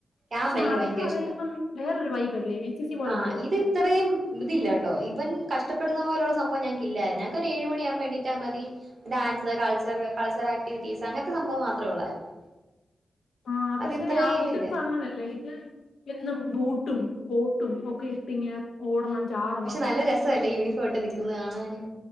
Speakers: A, on the right; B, on the left.
A: ക്യാമ്പ്
B: പക്ഷെ
A: എനിക്ക്
B: അതെന്ന്
A: ഭയങ്കര
B: പറയുമ്പം
A: ഇഷ്ട്ടാ
B: വേറൊരു വൈബല്ലേ എൻസിസി പോലല്ലല്ലോ.
A: ആഹ് ഇത് ഇത്രയും ഇതില്ലാട്ടോ ഇവൻ കഷ് ഇഷ്ട്ടപ്പെട്ന്ന പോലുള്ള സംഭവം ഞങ്ങക്ക് ഇല്ലാ ഞങ്ങക്ക് ഒര് ഏഴ് മണിയാമ്പൊ എണീറ്റാമതി ഡാൻസ് കൾച്ചർ കൾച്ചറാക്ടിവിറ്റീസ് അങ്ങൻത്തെ സംഭവം മാത്രെ ഉള്ളായിരുന്നു
B: ആഹ്
A: അത്
B: പക്ഷെ
A: ഇത്രേ
B: ആംഇത്പ്പാെ
A: ഇതില്ല
B: അങ്ങനെല്ലേ ഇത് എന്നും ബൂട്ടും കോട്ടും ഒക്കെ ഇട്ടിങ്ങ് ഓടണം ചാട്
A: പക്ഷെ നല്ല രസവല്ലേ ഇയൂണിഫോം ഇട്ട് നിക്ക്ന്നത് കാണാന്